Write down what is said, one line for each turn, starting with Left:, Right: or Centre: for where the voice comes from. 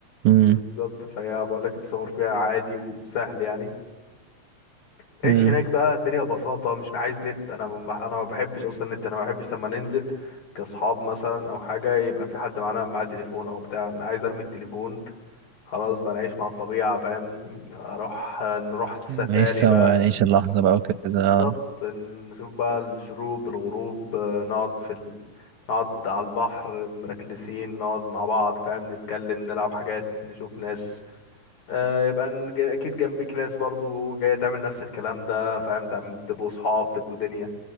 Right: امم
Left: بالظبط فهي بقول لك السفر فيها عادي وسهل يعني تعيش
Right: امم
Left: هناك بقى الدنيا ببساطة مش عايز نت انا ما بح- انا ما بحبش اصلا النت انا ما بحبش لما ننزل كاصحاب مثلا او حاجة يبقى في حد معانا معاه تليفون او بتاع انا عايز ارمي التليفون خلاص بقى نعيش مع الطبيعة فاهم اروح نروح سفاري
Right: نعيش سوا
Left: بقى
Right: يعني، نعيش اللحظه بقى وكده
Left: بالظبط
Right: آه.
Left: نشوف بقى الشروق الغروب آه، نقعد في ال... نقعد على البحر مركلسين نقعد مع بعض فاهم نتكلم نلعب حاجات نشوف ناس آه، يبقى ان- ج- اكيد جنبيك ناس برضو جاية تعمل نفس الكلام ده فاهم تعم- تبقوا صحاب تبقوا دنيا